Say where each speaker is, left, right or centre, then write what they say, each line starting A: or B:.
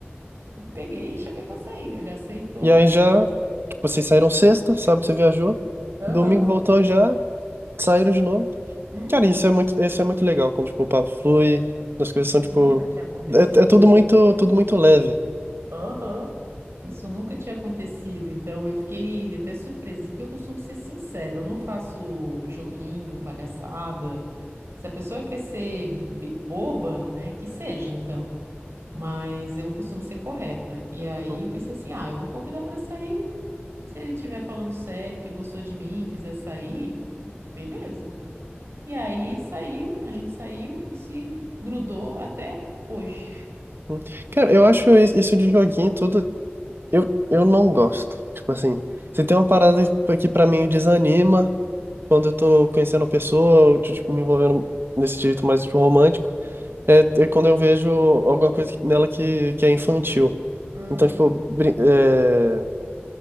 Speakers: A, on the right; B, on the right.
A: Peguei e chamei pra sair. Ele aceitou.
B: E aí já. Vocês saíram sexta, sábado você viajou,
A: Aham.
B: domingo voltou já, saíram de novo.
A: Uhum.
B: Cara, isso é muito, isso é muito legal, quando, tipo, o papo flui, as coisas
A: Isso
B: são, tipo...
A: nunca tinha acontecido
B: É, é
A: comigo.
B: tudo muito, tudo muito leve.
A: Aham. Isso nunca tinha acontecido, então eu fiquei até surpresa, assim, porque eu costumo ser sincera, eu não faço joguinho, palhaçada. Se a pessoa quer ser be- boba, né, que seja, então. Mas eu costumo ser correta. E aí
B: Hum,
A: eu pensei assim, ah, eu vou convidar pra sair. Se ele estiver falando sério, que gostou de mim, quiser sair, beleza. E aí saiu, a gente saiu e se grudou até hoje.
B: hum. Cara, eu acho is- isso de joguinho tudo... Eu, eu não gosto. Tipo assim, se tem uma parada que pra mim desanima, quando eu tô conhecendo a pessoa, ou, tipo, me envolvendo nesse jeito mais, tipo, romântico, é, é quando eu vejo alguma coisa nela que, que é infantil.
A: Uhum.
B: Então, tipo, brin- é,